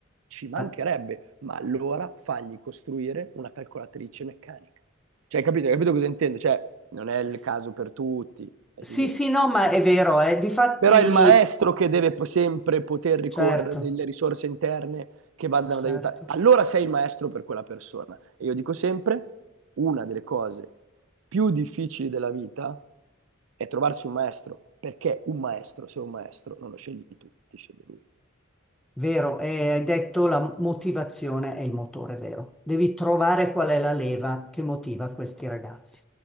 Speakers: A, on the right; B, in the centre.
A: ci mancherebbe,
B: Ah,
A: ma allora fagli costruire una calcolatrice meccanica. Cioè, hai capito, hai capito cosa intendo? Cioè, non è il
B: s-
A: caso per tutti, è
B: sì,
A: evidente,
B: sì, no, ma è vero, eh. Difatti,
A: però è il maestro che deve po- sempre poter ricorrere
B: certo,
A: a delle risorse interne che vadano
B: certo.
A: ad aiutare. Allora sei il maestro per quella persona. E io dico sempre, una delle cose più difficili della vita è trovarsi un maestro, perché un maestro, se è un maestro, non lo scegli tu, ti sceglie lui.
B: Vero, e hai detto la motivazione è il motore, vero? Devi trovare qual è la leva che motiva questi ragazzi.